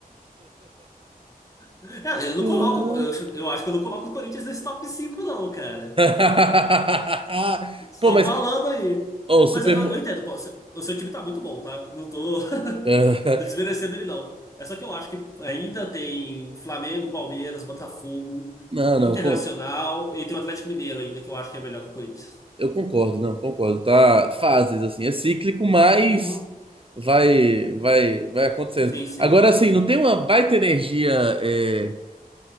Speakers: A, on the left; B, on the right.
A: É, eu não
B: Não.
A: coloco. Eu, acho- eu acho que eu não coloco o Corinthians nesse top 5 não, cara.
B: <laughs>
A: Só
B: Pô, mas
A: falando aí.
B: ó, o Super.
A: Mas eu,
B: Mo-
A: eu entendo, pô, seu- o seu time tá muito bom, tá? Não tô, <laughs>
B: <laughs>
A: tô desmerecendo ele, não. É só que eu acho que ainda tem Flamengo, Palmeiras, Botafogo,
B: Não,
A: Internacional
B: não, con-
A: e tem o Atlético Mineiro ainda, que eu acho que é melhor que o Corinthians.
B: eu concordo, não, concordo. Tá, fases assim, é cíclico, mas
A: Uhum.
B: vai, vai, vai acontecendo.
A: Sim, sim.
B: Agora, assim, não tem uma baita energia é,